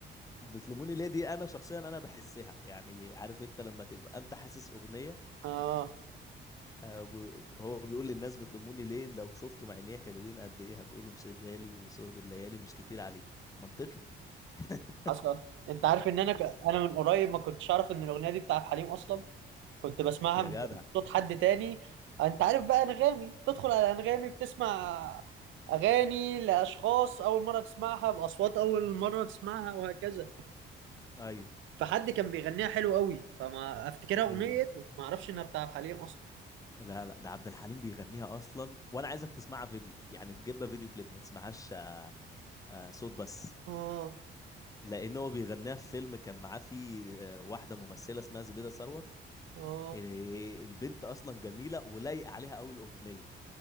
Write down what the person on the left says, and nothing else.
بتلوموني ليه دي انا شخصيا انا بحسها يعني عارف انت لما تبقى انت حاسس اغنيه
آه، و- هو بيقول للناس بتلوموني ليه لو شفتوا عينيه حلوين قد ايه هتقولوا انشغالي وسهد الليالي مش كتير عليه منطقي <laughs>
يا
جدع
ايوه
امم
لا لا ده عبد الحليم بيغنيها اصلا وانا عايزك تسمعها فيديو يعني تجيبها فيديو كليب ما تسمعهاش آه، آه، صوت بس
لان هو بيغنيها في فيلم كان معاه فيه آه، واحده ممثله اسمها زبيده ثروت
آه، البنت اصلا جميله ولايق عليها قوي الاغنيه